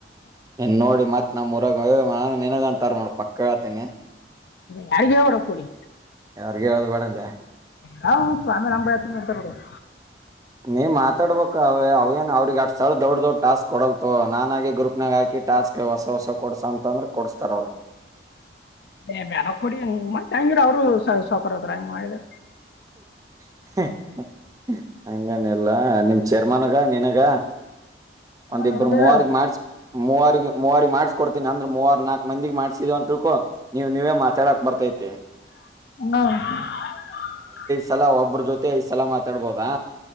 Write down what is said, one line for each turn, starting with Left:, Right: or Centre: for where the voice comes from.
Right: ನಿನ್ನ್ ನೋಡಿ ಮತ್ ನಮ್ಮೂರಾಗ್ ಏ ಮಾವ್ ನಿನಗಂತಾರ ನೋಡ್ ಪಕ್ಕಾ ಹೇಳ್ತಿನಿ.
Left: ಯಾರಿಗೂ ಹೇಳಬ್ಯಾಡೋ ಕೊಡಿ
Right: ಯಾರಿಗ ಹೇಳದ್ ಬೇಡ ಅಂದೆ
Left: ಹಾ. ಶಿವು ಆಮ್ಯಾಲ ನಂಬ್ ಹತ ದುಡಿತಾರ್ ನೊಡ್.
Right: ನೀ ಮಾತಾಡ್ಬೇಕ್ ಅವ ಅವೇನ್ ಅವ್ರಿಗ್ ಅಟ್ಟ ಸರಳ ದೌಡ್ ದೌಡ್ ಟಾಸ್ಕ್ ಕೊಡಲ್ ತೋ ನಾನಾಗೆ ಗ್ರೂಪನ್ಯಾಗ್ ಹಾಕ್. ಕಿ ಟಾಸ್ಕ್ ಹೊಸ ಹೊಸವ ಕೊಡ್ಸ ಅಂತಂದ್ರ ಕೊಡಸ್ತಾರ ಅವ್ರ.
Left: ಏ ಬ್ಯಾಡಾ ಕೊಡಿ ಮತ್ತ ಹೆಂಗಿರ ಅವ್ರು ಸೌ ಸೌ ಸೌಕಾರಾದ್ರ ಹಂಗ್ ಮಾಡಿ.
Right: <inaudible> ಹಂಗನಿಲ್ಲಾ ನಿಮ್ ಚೇರ್ಮನಗ ನಿನಗ. ಒಂದಿಬ್ರು
Left: ನನಗೆ
Right: ಮೂವರಿಗೆ ಮಾಡ್ಸಿ ಮೂವರಿಗೆ ಮೂವರಿಗ್ ಮಾಡ್ಸಿ. ಕೊಡ್ತೀನಿ ಅಂದ್ರ ಮೂವರ್ ನಾಕ್ ಮಂದಿಗ್ ಮಾಡ್ಸಿದಿವ ಅಂತಿಳ್ಕೊ ನೀವ್ ನೀವೇ ಮಾತಾಡಾಕ್ ಬರ್ತೈತ.
Left: ಹ್ಹ.
Right: ಸಲಾ ಒಬ್ಬ್ರ ಜೊತೆ ಐದ್ ಸಲಾ ಮಾತಾಡ್ಬೋದಾ.